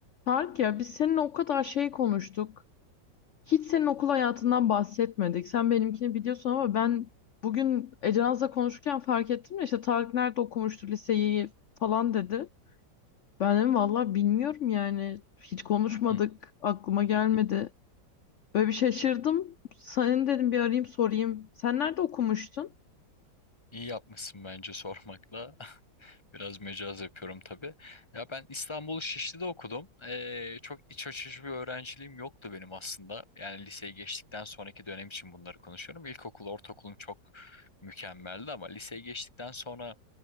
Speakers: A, on the left (about 75°); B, on the left (about 15°).
A: Tarık ya biz seninle o kadar şey konuştuk. Hiç senin okul hayatından bahsetmedik. Sen benimkini biliyorsun ama ben bugün Ece Naz'la konuşurken fark ettim de işte Tarık nerede okumuştu liseyi falan dedi. Ben dedim valla bilmiyorum yani. Hiç konuşmadık.
B: Hı
A: Aklıma gelmedi.
B: hı hı.
A: Böyle bir şaşırdım. Senin dedim bir arayayım sorayım. Sen nerede okumuştun?
B: İyi yapmışsın bence sormakla. <laughs> Biraz mecaz yapıyorum tabii. Ya ben İstanbul Şişli'de okudum. Ee, çok iç açıcı bir öğrenciliğim yoktu benim aslında. Yani liseyi geçtikten sonraki dönem için bunları konuşuyorum. İlkokul, ortaokulum çok mükemmeldi ama liseye geçtikten sonra